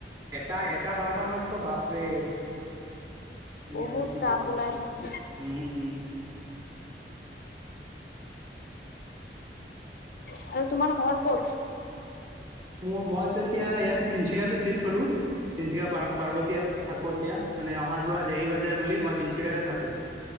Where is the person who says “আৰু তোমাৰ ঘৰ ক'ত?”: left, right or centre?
Left